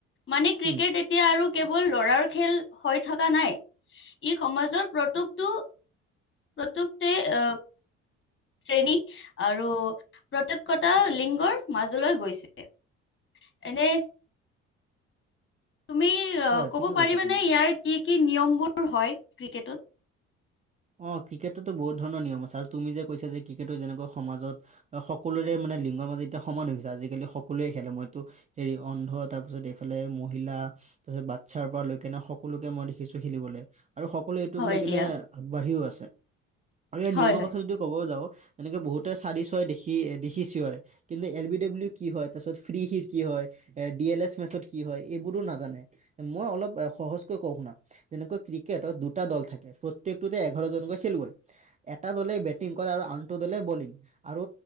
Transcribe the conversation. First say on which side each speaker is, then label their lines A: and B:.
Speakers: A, on the left; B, on the right.
A: মানে ক্ৰিকেট
B: উম
A: এতি এতিয়া আৰু কেৱল ল'ৰাৰ খেল হৈ থকা নাই। ই সমাজৰ প্ৰতুকটো প্ৰতুকতে আ' শ্ৰেণী আৰু প্ৰটোকৰ্তা লিংগৰ মাজলৈ গৈছে। এনেই তুমি অ'
B: হয়
A: ক'ব
B: ঠিকে
A: পাৰিবানে,
B: কৈছা তুমি
A: ইয়াৰ কি, কি নিয়ম বোৰ হয় ক্ৰিকেটত
B: অ' ক্ৰিকেটটো বহুত ধৰণৰ নিয়ম আছে, আৰু তুমি যে কৈছা যে ক্ৰিকেটটো যেনেকৈ সমাজত সকলোৰে মানে লিংগ মাজত এতিয়া সমান হৈছে আজিকালি সকলোৱে খেলে মইতো হেৰি অন্ধ তাৰপিছত এইফালে মহিলা তাৰ পিছত বাচ্ছাৰ পৰা লৈকে নে সকলোকে মই দেখিছো খেলিবলৈ। আৰু সকলোৱে এইটোক
A: হয়
B: লৈ কিনে
A: দিয়া।
B: আগবাঢ়িও আছে আৰু ইয়াৰ
A: হয়
B: নিয়মৰ
A: হয়।
B: কথা যদি ক'ব যাওঁ এনেকে বহুতে চাৰি চই দেখি দেখিছেও বাৰে। কিন্তু এল বি ডাব্লিউ কি হয় তাৰপছত ফ্ৰি হিৰ কি হয়। এ ডি এল এছ মেথড কি হয় এইবোটো নাজানে। মই অলপ সহজকৈ কওঁ শুনা যেনেকৈ ক্ৰিকেটত দুটা দল থাকে। প্ৰত্যেকটোতে এঘাৰজনকৈ খেলুৱায় এটা দলে বেটিং কৰে আৰু আনটো দলে বলিং আৰু